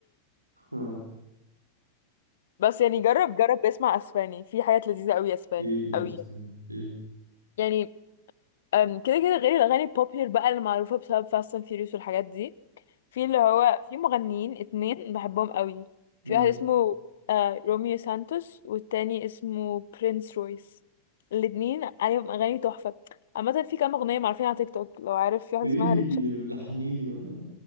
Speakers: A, on the right; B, on the left.
A: ها
B: بس يعني جرب جرب اسمع اسباني في حاجات لذيذة قوي اسباني
A: ايه ايه
B: قوي
A: اصلا
B: يعني
A: ايه
B: يعني أم، كده كده غير الأغاني البوبيلر بقى اللي معروفة بسبب فاست اند فيوريوس والحاجات دي في اللي هو في مغنيين اتنين بحبهم قوي
A: مم.
B: في واحد اسمه آه روميو سانتوس والتاني اسمه برينس رويس الاتنين عليهم أغاني تحفة عامة في كام أغنية معروفين على تيك توك لو عارف في واحدة
A: قولي
B: اسمها
A: لي
B: ريتشس
A: لحني لي ولا